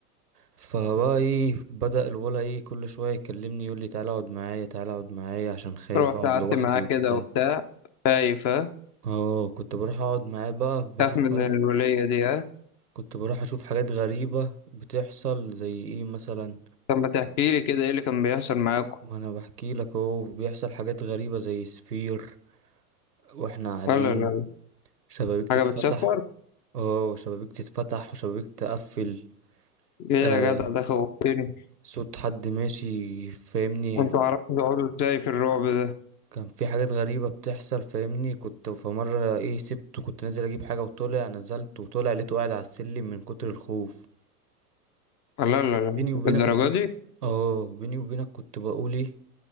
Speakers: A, on the right (about 80°); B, on the left (about 35°).
A: فبقى ايه بدأ الولا ايه كل شوية يكلمني يقول لي تعالى اقعد معايا تعالى اقعد معايا عشان خايف
B: رحت
A: اقعد
B: قعدت
A: لوحدي
B: معاه
A: وبتاع
B: كده وبتاع خايف ها
A: اه كنت بروح اقعد معاه بقى بشوف
B: خاف من
A: حاجات
B: الولية دي ها
A: كنت بروح اشوف حاجات غريبة بتحصل زي ايه مثلا
B: طب ما تحكي لي كده ايه اللي كان بيحصل معاكم
A: ما انا بحكي لك اهو بيحصل حاجات غريبة زي سفير واحنا قاعدين
B: لا لا لا
A: شبابيك تتفتح
B: حاجة بتسفر
A: اه شبابيك تتفتح وشبابيك تقفل
B: ايه يا
A: آه
B: جدع ده خوفتني
A: صوت حد ماشي فاهمني
B: وانتوا عرفتوا تقعدوا ازاي في الرعب ده
A: كان في حاجات غريبة بتحصل فاهمني كنت في مرة ايه سبته كنت نازل اجيب حاجة وطلع نزلت وطلع لقيته قاعد على السلم من كتر الخوف
B: لا لا لا
A: بيني وبينك
B: الدرجة
A: انا كنت
B: دي
A: اه بيني وبينك كنت بقول ايه